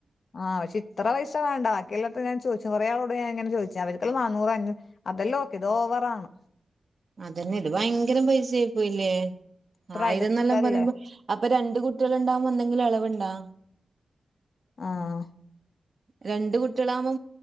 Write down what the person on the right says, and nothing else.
അതന്നെ ഇത് ഭയങ്കരം പൈസായി പോയില്ലേ
ആയിരംന്നെല്ലാം
പറയുമ്പോ അപ്പൊ രണ്ട് കുട്ടി കുട്ടിളെണ്ടാവുമ്പോ എന്തെങ്കിലും എളവുണ്ടോ?
രണ്ട് കുട്ടികളാമ്പോ